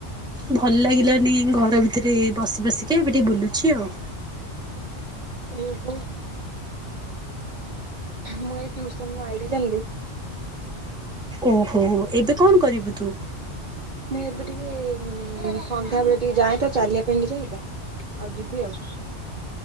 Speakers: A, in the centre; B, on the right.
A: ଭଲ ଲାଗିଲାନି ଘର ଭିତରେ ବସି ବସିକା ଏବେ ଟିକେ ବୁଲୁଛି ଆଉ।
B: ଓହୋ। ମୁଁ ଏଇ ଟିଉସନ୍ ରୁ ଆଇଲି ଜାଣିଲୁ।
A: ଓହୋ <unintelligible> ଏବେ କଣ କରିବୁ ତୁ।
B: ମୁଁ ଏବେ ଟିକେ ସନ୍ଧ୍ୟାବେଳେ ଟିକେ ଯାଏ ତ ଚାଲିବା ପାଇଁ ଟିକେ ଯାଏ ତ ଆଉ ଯିବି ଆଉ।